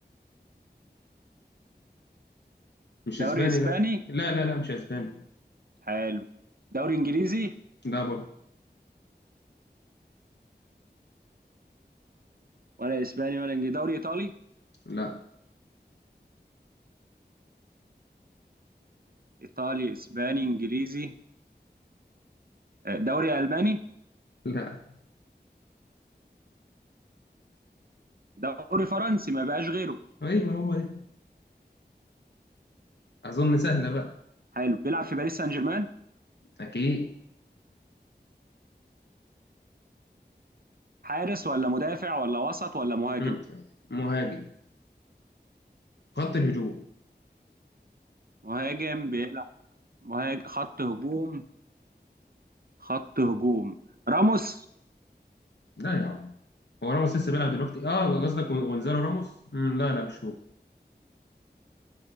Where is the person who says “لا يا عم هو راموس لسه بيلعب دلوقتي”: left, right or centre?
Left